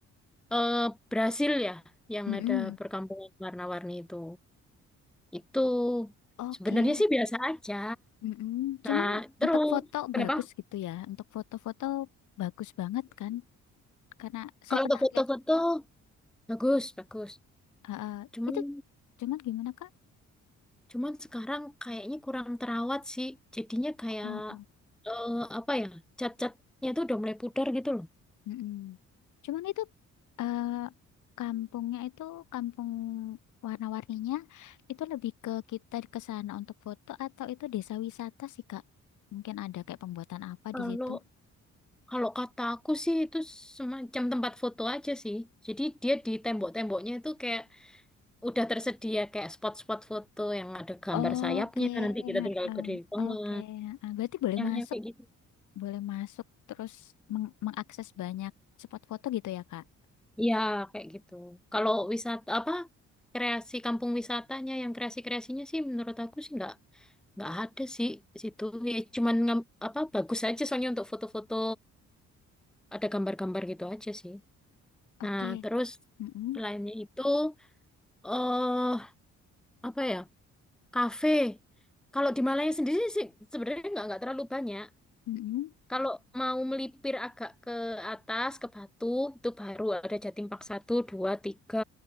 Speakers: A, in the centre; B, on the left.
A: eh, Brasil ya yang
B: mm-mm.
A: ada perkampungan warna-warni itu. Itu
B: Oke,
A: sebenarnya sih biasa aja.
B: mm-mm.
A: Nah,
B: Cuman
A: terus
B: untuk foto
A: kenapa?
B: bagus gitu ya. Untuk foto-foto bagus banget kan? Karena saya
A: Kalau
B: pernah
A: untuk foto-foto
B: lihat.
A: bagus, bagus.
B: Ah, ah.
A: Cuman
B: itu cuman gimana kak?
A: Cuman sekarang kayaknya kurang terawat sih. Jadinya kayak
B: Oh.
A: eh, apa ya? Cat-catnya tuh udah mulai pudar gitu loh.
B: Mm-mm. Cuman itu eh, kampungnya itu kampung warna-warninya itu lebih ke kita ke sana untuk foto atau itu desa wisata sih Kak? Mungkin ada kayak pembuatan apa
A: Kalau
B: di situ?
A: kalau kata aku sih itu semacam tempat foto aja sih. Jadi dia di tembok-temboknya itu kayak udah tersedia kayak spot-spot foto yang ada gambar
B: Oke,
A: sayapnya. Nanti kita tinggal
B: heeh.
A: berdiri di tengah.
B: oke. heeh. Berarti boleh
A: Yang
B: masuk,
A: yang kayak gitu.
B: boleh masuk terus meng- mengakses banyak spot foto gitu ya Kak?
A: Iya, kayak gitu. Kalau wisata apa kreasi kampung wisatanya yang kreasi-kreasinya sih menurut aku sih nggak nggak ada sih situ ya cuman ngam- apa bagus aja soalnya untuk foto-foto ada gambar-gambar gitu aja sih nah
B: Oke.
A: terus
B: Mm-mm.
A: lainnya itu eh apa ya kafe kalau di Malaya sendiri sih sebenarnya nggak nggak terlalu banyak
B: Mm-mm.
A: kalau mau melipir agak ke atas ke Batu itu baru ada Jatim Park satu dua tiga